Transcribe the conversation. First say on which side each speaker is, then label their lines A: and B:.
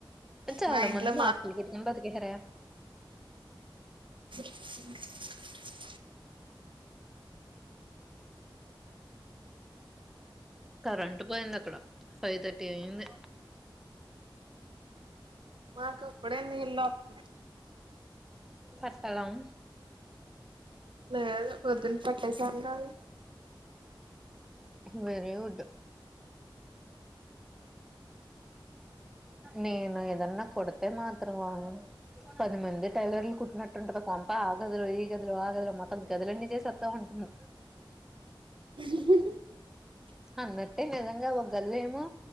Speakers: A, in the centre; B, on the right.
A: చాలా
B: మా ఇంట్లో
A: మంది మాస్కులు కుట్టుకొని బతికేసారే
B: <inaudible>
A: కరెంట్ పోయింది ఇక్కడ ఫైవ్ థర్టీ అయింది
B: మాకు ఇప్పుడే నీళ్లులోతనై
A: కట్టలం
B: లేదు పొందిన పట్టేసమ్ గా
A: వెరీ గుడ్ నేను ఏదన్నా కొడితే మాత్రం పది మంది టైలర్లు కుట్టినట్టుంటంది కొంప ఆగధిలో ఈ గదులు ఆ గదులు మొత్తం గదులన్నీ చేసస్తా ఉంటు
B: ఊహ్మహామ్
A: అన్నట్టే నిజంగా ఒక గదిలో ఏమో